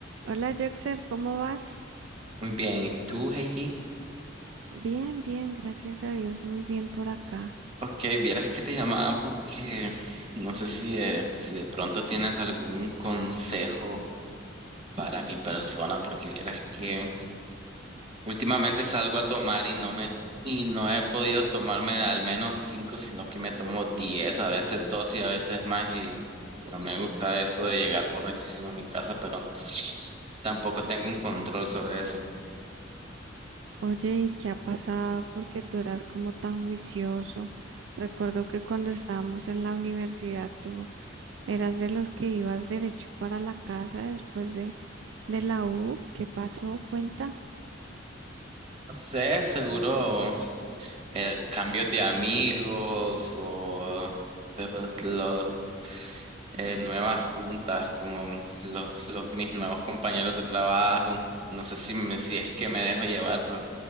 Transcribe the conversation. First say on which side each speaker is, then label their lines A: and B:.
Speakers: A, on the right; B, on the right.
A: Hola, Joxer, ¿cómo vas?
B: Muy bien, ¿y tú, Heidi?
A: Bien, bien, gracias a Dios, muy bien por acá.
B: Ok, vieras que te llamaba porque no sé si de, si de pronto tienes algún consejo para mi persona, porque vieras que últimamente salgo a tomar y no me y no he podido tomarme al menos cinco, sino que me tomo diez, a veces dos y a veces más y no me gusta eso de llegar borrachísimo a mi casa, pero tampoco tengo un control sobre eso.
A: Oye, ¿y qué ha pasado? Porque tú eras como tan juicioso. Recuerdo que cuando estábamos en la universidad, tú eras de los que ibas derecho para la casa después de, de la U. ¿Qué pasó? Cuenta.
B: No sé, seguro. eh, cambios de amigos o de- de- lo- eh, nuevas juntas, como los, los mis nuevos compañeros de trabajo. No sé si, me- si es que me dejo llevar, pero